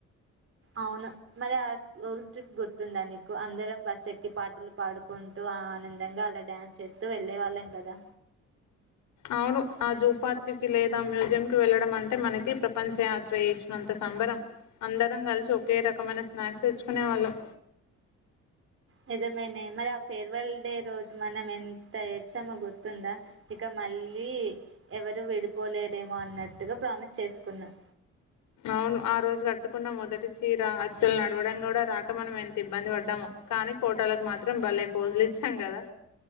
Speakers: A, on the right; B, on the left.
A: అవును మరి ఆ స్కూల్ ట్రిప్ గుర్తుందా నీకు అందరం బస్ ఎక్కి పాటలు పాడుకుంటూ ఆనందంగా అలా డ్యాన్స్ చేస్తూ వెళ్ళే వాళ్ళం కదా
B: అవును ఆ జూ పార్క్కిి లేదా మ్యూజియంకిి వెళ్ళడం అంటే మనకి ప్రపంచ యాత్ర చేసినంత సంబరం అందరం కలిసి ఒకే రకమైన స్నాక్స్ తెచ్చుకునే వాళ్ళం
A: నిజమేనే మరి ఫేర్వెల్ డే రోజు మనం ఎం త ఏడ్చామో గుర్తుందా ఇక మళ్ళీ ఎవరు విడిపోలేరేమో అన్నట్టుగా ప్రామిస్ చేసుకున్నాం
B: అవును ఆ రోజు కట్టుకున్న మొదటి చీర అస్సలు నడవడం కూడా రాక మనం ఎంత ఇబ్బంది పడ్డాము కానీ ఫోటో లకు మాత్రం భలే పోజులు ఇచ్చాం కదా